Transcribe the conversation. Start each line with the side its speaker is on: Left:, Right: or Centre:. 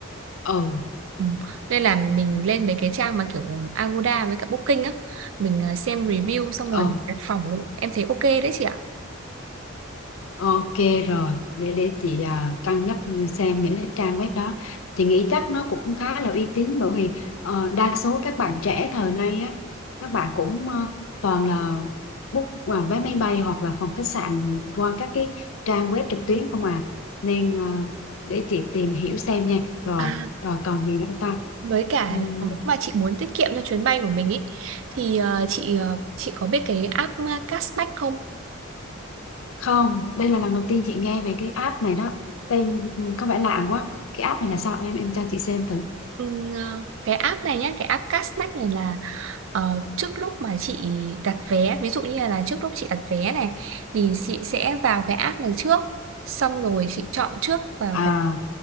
Left: ừ
Right: ừ, nên là mình lên mấy cái trang mà kiểu Agoda với cả Booking á mình ờ, xem review xong rồi
Left: ừ
Right: đặt phòng em thấy ok đấy chị ạ
Left: Ok rồi, để để chị à, cân nhắc xem những cái trang web đó. Chị nghĩ chắc nó cũng khá là uy tín bởi vì ờ, đa số các bạn trẻ thời nay á, các bạn cũng ờ, toàn là book vào vé máy bay hoặc là phòng khách sạn qua các cái trang web trực tuyến không à. Nên ờ, để chị tìm hiểu xem nha. Rồi,
Right: À,
Left: rồi còn gì nữa ta?
Right: với cả
Left: Ừm,
Right: là nếu mà chị muốn tiết kiệm cho chuyến bay của mình ý thì ờ, chị ờ, chị có biết cái app ờ, cashback không?
Left: không, đây là lần đầu tiên chị nghe về cái app này đó. Tên có vẻ lạ quá. Cái app này là sao em em cho chị xem thử.
Right: Ừ, ờ, cái app này nhé, cái app Cashback này là ờ, trước lúc mà chị đặt vé ví dụ như là trước lúc chị đặt vé này thì chị sẽ vào cái app này trước xong rồi chị chọn trước vào
Left: À
Right: cái